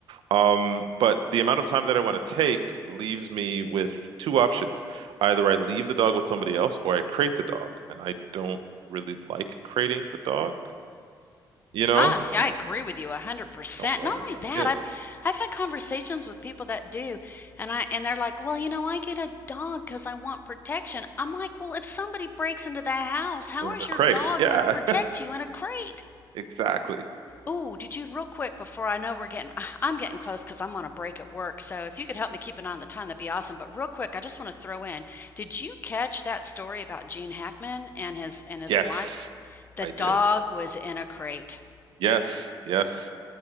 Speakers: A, on the right; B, on the left.
A: Um, but the amount of time that I want to take leaves me with two options. Either I leave the dog with somebody else or I crate the dog. And I don't really like crating the dog, you know?
B: Ah, yeah, I agree with you 100%.
A: Don't really
B: Not only
A: like
B: that,
A: it.
B: I've I've had conversations with people that do and I and they're like, "Well, you know, I get a dog 'cause I want protection." I'm like, "Well, if somebody breaks into the house, how
A: They're
B: is
A: in the
B: your
A: crate.
B: dog
A: Yeah,
B: going to protect you in a crate?"
A: <laughs> exactly.
B: Oh, did you real quick before I know we're getting <sighs> I'm getting close 'cause I'm on a break at work. So if you could help me keep an eye on the time, that'd be awesome. But real quick, I just want to throw in, did you catch that story about Gene Hackman and his and his
A: Yes,
B: wife? The
A: I
B: dog
A: did.
B: was in a crate.
A: Yes, yes.